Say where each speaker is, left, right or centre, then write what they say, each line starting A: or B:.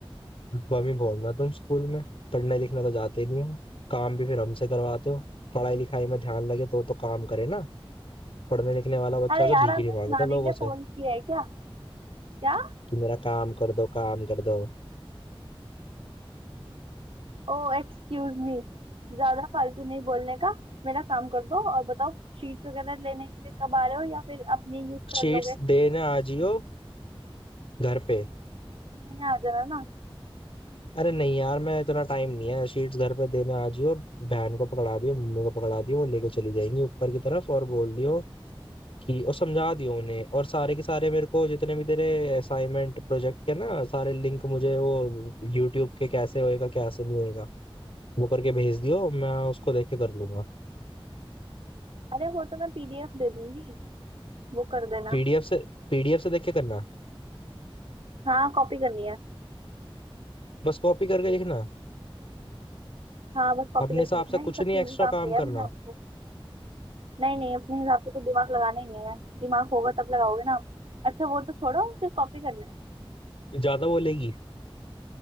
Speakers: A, on the left; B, on the right.
A: बम ही भोरना तुम स्कूल में पढ़ने लिखने तो जाते ही नहीं हो काम भी फिर हमसे करवाते हो पढ़ाई लिखाई में ध्यान लगे तो तो काम करे ना पढ़ने लिखने वाला बच्चा
B: अरे
A: से
B: यार
A: भीख
B: आपने
A: नहीं
B: सुनाने
A: मांगता लोगों
B: के लिए फोन
A: से
B: किया है क्या क्या
A: कि मेरा काम कर दो काम कर दो
B: ओ एक्सक्यूज मी ज्यादा फालतू नहीं बोलने का मेरा काम कर दो और बताओ शीट्स वगैरह लेने के लिए कब आ रहे हो या फिर अपनी यूज कर
A: शीट्स
B: लोगे
A: देने आ जियो घर पे
B: लेने आ जाना ना
A: अरे नहीं यार मैं इतना टाइम नहीं है शीट्स घर पे देने आ जियो बहन को पकड़ा दियो मम्मी को पकड़ा दियो वो लेके चली जाएंगी ऊपर की तरफ और बोल दियो कि और समझा दियो उन्हें और सारे के सारे मेरे को जितने भी तेरे असाइनमेंट प्रोजेक्ट के ना सारे लिंक मुझे वो यूट्यूब के कैसे होएगा कैसे नहीं होएगा वो करके भेज दियो मैं उसको देख के कर लूंगा
B: अरे वो तो मैं पीडीएफ दे दूंगी वो कर देना
A: पीडीएफ से पीडीएफ से देख के करना
B: हाँ कॉपी करनी है
A: बस कॉपी करके लिखना
B: हाँ बस कॉपी
A: अपने
B: करके
A: हिसाब
B: लिखना
A: से
B: है ये
A: कुछ
B: सबसे
A: नहीं एक्स्ट्रा
B: इजी काम
A: काम
B: दिया है
A: करना
B: मैंने आपको नहीं नहीं अपने हिसाब से कुछ दिमाग लगाना ही नहीं है दिमाग होगा तब लगाओगे ना आप अच्छा वो तो छोड़ो सिर्फ कॉपी करना है
A: ज्यादा बोलेगी